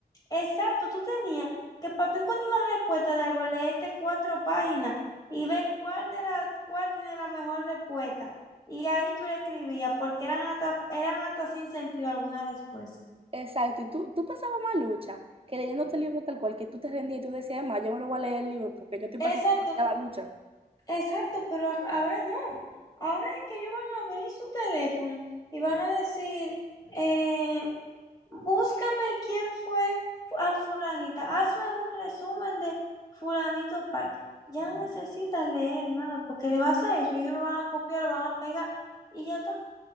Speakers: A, on the left; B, on the right.
A: Exacto, tú tenías que para tú encontrar una respuesta de algo, leerte cuatro páginas y ver cuál de la, cuál tiene la mejor respuesta. Y ahí tú le escribías, porque eran hasta, eran hasta sin sentido algunas respuestas.
B: Exacto, y tú, tú pasabas más lucha que leyéndote el libro tal cual, que tú te rendías y tú decías, además, yo me lo voy a leer el libro porque yo estoy
A: Exacto,
B: pasando la lucha.
A: exacto, pero a- ahora no. Ahora es que ellos van a abrir su teléfono y van a decir, eh, Búscame quién fue a fulanita. Hazme un resumen de fulanito tal. Ya no necesitas leer nada porque le vas a eso. y Ellos lo van a copiar, lo van a pegar y ya está.